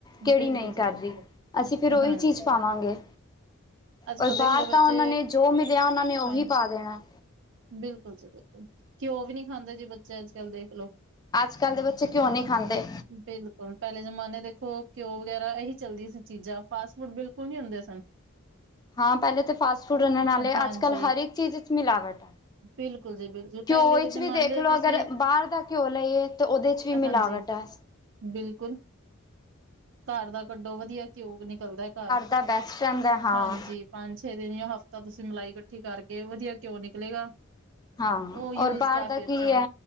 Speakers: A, on the left; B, on the right.
A: ਕੇੜੀ
B: ਬਿਲਕੁਲ
A: ਨਈ
B: ਜੀ
A: ਕਰਦੀ।
B: ਬਿਲਕੁਲ,
A: ਅਸੀਂ ਫੇਰ ਓਈ
B: ਹਾਂਜੀ।
A: ਚੀਜ਼ ਪਾਵਾਂਗੇ।
B: ਅੱਜ-ਕੱਲ
A: ਔਰ ਬਾਹਰ
B: ਦੇਖ ਲੋ ਬੱਚੇ
A: ਤਾਂ ਓਹਨਾ ਨੂੰ ਜੋ ਮਿਲਿਆ ਓਹਨਾਂ ਨੇ ਓਹੀ
B: ਹਾਂਜੀ,
A: ਪਾ ਦੇਣਾ।
B: ਬਿਲਕੁਲ ਜੀ ਬਿਲਕੁਲ ਘਿਓ ਵੀ ਨੀ ਖਾਂਦੇ ਜੀ ਬੱਚੇ ਅੱਜ ਕੱਲ੍ਹ ਦੇਖਲੋ।
A: ਅੱਜ ਕੱਲ੍ਹ ਦੇ ਬੱਚੇ ਘਿਓ ਨੀ ਖਾਂਦੇ।
B: ਬਿਲਕੁਲ ਪਹਿਲੇ ਜਮਾਨੇ ਦੇਖੋ ਘਿਉ ਵਗੈਰਾ ਏਹੀ ਚੱਲਦੀਆਂ ਸੀ ਚੀਜ਼ਾ ਫਾਸਟ ਫੂਡ ਬਿਲਕੁਲ ਨੀ ਹੁੰਦੇ ਸਨ।
A: ਹਾਂ ਪਹਿਲੇ ਤੇ ਫਾਸਟ ਫੂਡ ਰੰਣਣ ਆਲੇ
B: ਹਾਂਜੀ,
A: ਅੱਜ ਕੱਲ੍ਹ ਹਰ ਇੱਕ ਚੀਜ਼ ਵਿੱਚ ਮਿਲਾਵਟ ਐ।
B: ਬਿਲਕੁਲ ਜੀ ਬਿਲਕੁਲ ਪਹਿਲੇ
A: ਘਿਓ
B: ਦੇ
A: ਚ ਵੀ
B: ਜਮਾਨੇ
A: ਦੇਖਲੋ
B: ਤੁਸੀਂ
A: ਅਗਰ ਬਾਹਰ ਦਾ ਘਿਓ ਲਈਏ ਤੇ ਉਹਦੇ ਚ ਵੀ
B: ਹਾਂਜੀ,
A: ਮਿਲਾਵਟ ਐ।
B: ਬਿਲਕੁਲ ਘਰ ਦਾ ਕੱਢੋ ਵਧੀਆ ਘਿਓ ਨਿਕਲਦਾ ਘਰ
A: ਦਾ ਬੈਸਟ ਰਹਿੰਦਾ ਹਾਂ
B: ਹਾਂਜੀ। ਪੰਜ ਛੇ ਦਿਨ ਯਾਂ ਹਫ਼ਤਾ ਤੁਸੀਂ ਮਲਾਈ ਕੱਠੀ ਕਰਕੇ ਵਧੀਆ ਘਿਓ ਨਿਕਲੇਗਾ।
A: ਹਾਂ
B: ਉਹ ਯੂਜ
A: ਔਰ ਬਾਹਰ
B: ਕਾਫ਼ੀ
A: ਦਾ ਕੀ
B: ਅੱਛਾ
A: ਐ